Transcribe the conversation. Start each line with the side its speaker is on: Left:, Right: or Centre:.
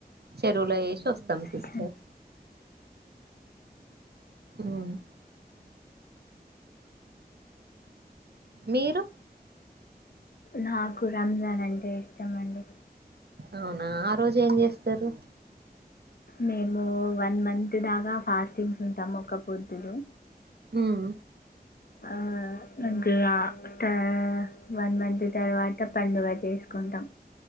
Right: చెరువులో వేసి వస్తాం. Sister
Left: okay.
Right: ఉమ్మ్ మీరు
Left: నాకు రంజాన్ అండ్ చేస్తమండి.
Right: అవునా ఆ రోజు ఏం జేస్తరు.
Left: మేము వన్ మంత్ దాకా ఫాస్టింగ్స్ ఉం టము ఒకపొద్దులు
Right: ఉమ్
Left: ఆ అంటే ఆ కా వన్ మంత్ తర్వాత పండుగ చేసుకుంటాం.